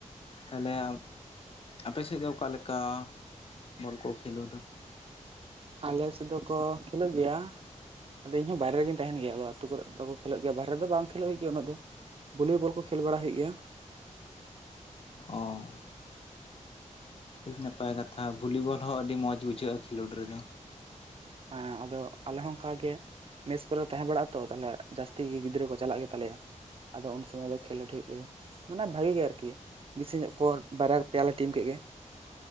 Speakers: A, on the left (about 45°); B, on the right (about 45°).
A: ᱛᱟᱦᱞᱮ ᱟᱢ ᱟᱯᱮᱥᱮᱫ ᱫᱚ ᱚᱠᱟᱞᱮᱠᱟ ᱵᱚᱞ ᱠᱚ ᱠᱷᱮᱞᱳᱰᱟ?
B: ᱟᱞᱮ ᱥᱮᱫ ᱫᱚ ᱠᱚ ᱠᱷᱮᱞᱳᱜ ᱜᱮᱭᱟ᱾ ᱟᱫᱚ ᱤᱧ ᱦᱚᱸ ᱵᱟᱨᱨᱮᱜᱤ ᱛᱟᱦᱮᱱ ᱜᱮᱭᱟ ᱟᱫᱚ ᱟᱹᱛᱩ ᱠᱚᱨᱮᱜ ᱫᱚ ᱠᱷᱮᱞᱳᱜ ᱜᱮᱭᱟ ᱵᱟᱦᱨᱮ ᱨᱮᱫᱚ ᱵᱟᱝ ᱠᱷᱮᱞᱳᱜ ᱦᱤᱩᱭᱩᱜ ᱜᱮᱭᱟ ᱩᱱᱟᱹᱜ ᱫᱚ᱾ ᱵᱷᱚᱞᱤ ᱵᱚᱞ ᱠᱚ ᱠᱷᱮᱞ ᱵᱟᱲᱟ ᱦᱩᱭᱩᱜ ᱜᱮᱭᱟ᱾
A: ᱚ ᱟᱹᱰᱤ ᱱᱟᱯᱟᱭ ᱠᱟᱛᱷᱟ ᱵᱷᱚᱞᱤᱵᱚᱞ ᱦᱚᱸ ᱟᱹᱰᱤ ᱢᱚᱸᱡᱽ ᱵᱩᱡᱷᱟᱹᱜᱼᱟ ᱠᱷᱮᱞᱳᱰ ᱨᱮᱫᱚ᱾
B: ᱦᱮᱸ ᱟᱫᱚ ᱟᱞᱮ ᱦᱚᱸ ᱚᱱᱠᱟᱜ ᱜᱮ, ᱢᱮᱥ ᱠᱚᱨᱮ ᱛᱟᱦᱮᱸ ᱵᱟᱲᱟᱜ ᱟ ᱛᱟᱦᱟᱞᱮ ᱡᱟᱹᱥᱛᱤ ᱜᱮ ᱜᱤᱫᱽᱨᱟᱹ ᱠᱚ ᱪᱟᱞᱟᱜ ᱜᱮᱛᱟᱞᱮᱭᱟ᱾ ᱟᱫᱚ ᱩᱱ ᱥᱚᱢᱚᱭ ᱫᱚ ᱠᱷᱮᱞᱳᱰ ᱦᱩᱭᱩᱜ ᱜᱮᱭᱟ᱾ ᱢᱟᱱᱮ ᱵᱷᱟᱜᱤ ᱜᱮᱭᱟ ᱟᱨᱠᱤ ᱵᱤᱥᱤ ᱧᱚᱜ ᱠᱚ ᱵᱟᱨᱭᱟ ᱯᱮᱭᱟᱞᱟᱮ ᱴᱤᱢ ᱠᱮᱫ ᱜᱮ᱾